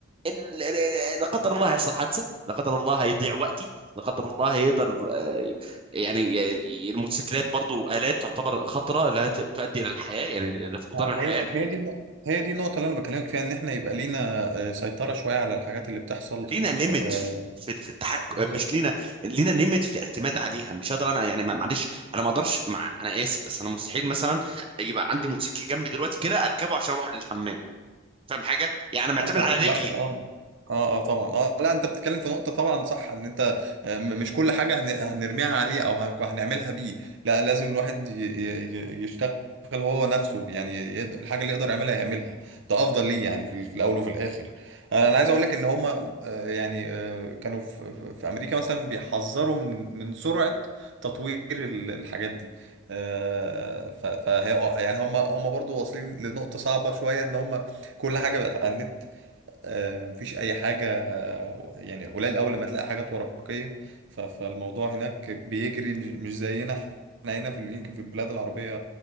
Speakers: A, on the right; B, on the right.
A: ال- ال- ال- لا قدر الله يحصل حادثه لا قدر الله يضيع وقتي لا قدر الله يقدر آه، يعني ي- الموتوسيكلات برضو الات تعتبر خطره لا ت- تؤدي الى الحياه يعني إلى فقدان
B: آه،
A: الحياه
B: هي هي دي النقطة هي دي النقطة اللي أنا بكلمك فيها إن إحنا يبقى لينا آه، سيطرة شوية على الحاجات اللي بتحصل
A: لينا ليميت
B: آه،
A: في في التحكم
B: بالظبط
A: آه، مش لينا لينا ليميت في الاعتماد عليها مش هقدر انا يعني ما- معلش انا ما اقدرش مع انا اسف بس انا مستحيل مثلا يبقى عندي موتوسيكل جنبي دلوقتي كده اركبه عشان اروح للحمام فاهم حاجه يعني انا معتمد
B: لا طبعا
A: على
B: لا
A: رجلي
B: اه اه اه طبعا اه لا انت بتتكلم في نقطة طبعا صح ان انت آه، م- مش كل حاجة هن- هنرميها عليه او هن- هنعملها بيه لا لازم الواحد ي- ي- ي- يشتغل هو نفسه يعني يقدر الحاجة اللي يقدر يعملها يعملها ده افضل ليه يعني في, ال- في الاول وفي الاخر آه، انا عايز اقول لك ان هما آه، يعني آه، كانوا في, في في امريكا مثلا بيحذروا من من سرعة تطوير ال- الحاجات دي آه، ف فهي- يعني هم هم برضو واصلين لنقطة صعبة شوية ان هم كل حاجه بقت على النت آه، مفيش اي حاجه آه، يعني قليل اول لما تلاقي حاجات ورقيه ف- فالموضوع هناك بيجري مش مش زينا احنا هنا في ال- يمكن في البلاد العربيه